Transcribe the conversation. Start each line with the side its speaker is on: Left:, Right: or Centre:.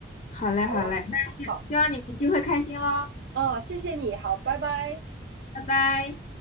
Left: 好嘞，
Right: 好啊，
Left: 好嘞，那希希望你们聚会开心喽，
Right: 好，嗯，谢谢你，好，拜拜。
Left: 拜拜。